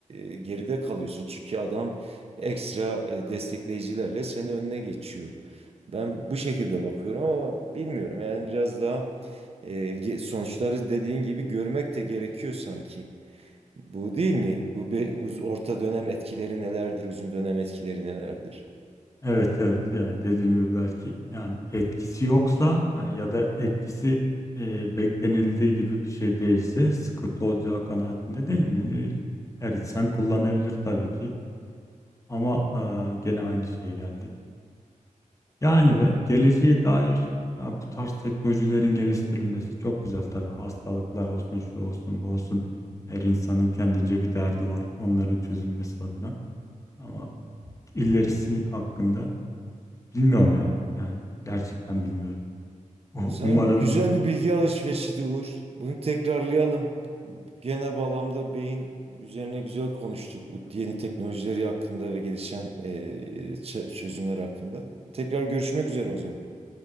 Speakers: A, on the right; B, on the left.
A: e, geride kalıyorsun. Çünkü adam ekstra e, destekleyicilerle senin önüne geçiyor. Ben bu şekilde bakıyorum ama bilmiyorum. Yani biraz daha e, ge- sonuçları dediğin gibi görmek de gerekiyor sanki. Bu değil mi? Bu bir uz- orta dönem etkileri nelerdir, uzun dönem etkileri nelerdir?
B: Evet evet yani dediğim gibi belki yani etkisi yoksa hani ya da etkisi e, beklenildiği gibi bir şey değilse sıkıntı olacağı kanaatinde değil mi? Her insan kullanabilir tabii ki ama e, gene aynı şeye geldik. Yani ve geleceğe dair ya bu tarz teknolojilerin geliştirilmesi çok güzel tabii hastalıklar olsun şu olsun bu olsun her insanın kendince bir derdi var onların çözülmesi adına ama ilerisi hakkında Bilmiyorum ya. Yani gerçekten bilmiyorum. <laughs>
A: Sen
B: Umarım
A: güzel bir bilgi alışverişiydi Uğur. Bunu tekrarlayalım. Genel bağlamda beyin üzerine güzel konuştuk bu yeni teknolojileri hakkında ve gelişen eee, ç- çözümler hakkında. Tekrar görüşmek üzere o zaman.